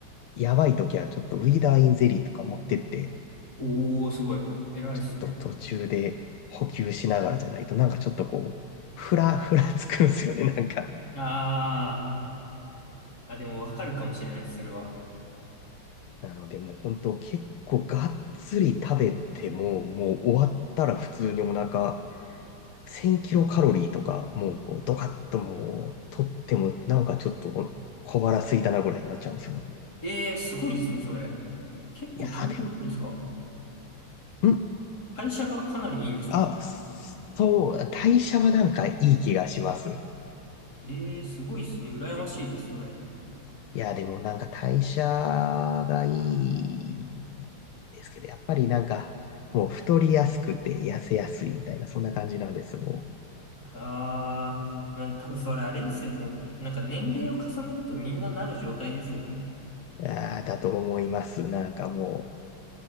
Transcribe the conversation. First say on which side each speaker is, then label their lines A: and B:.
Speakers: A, on the left; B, on the left.
A: やばい時はちょっとウィーダーインゼリーとか持ってって、
B: おー、すごい。偉いっすね。
A: ちょっと途中で補給しながらじゃないと、なんかちょっとこう、ふら <laughs> ふらつくんですよね、なんか。
B: ああ、あ、でもわかるかもしれないです、それは。
A: なのでもう本当結構がっつり食べても、もう終わったら普通にお腹1000キロカロリーとか、もうこうドカッともう取っても、なんかちょっと小腹空いたなぐらいになっちゃうんですよね。
B: ええー、すごいですね、それ。結構体験いいんですか
A: いやーでも、ん
B: 代謝がかなりいいんですか
A: あ、そう、代謝はなんかいい気がします。
B: ええー、すごいですね。羨ましいです、それ。
A: いや、でもなんか代謝がいいですけど、やっぱりなんか、もう太りやすくて痩せやすいみたいな、そんな感じなんです、も
B: ああ、うん、多分それあれですよね。なんか年齢を重ねるとみんななる状態ですよね。
A: う。あーだと思います。なんかも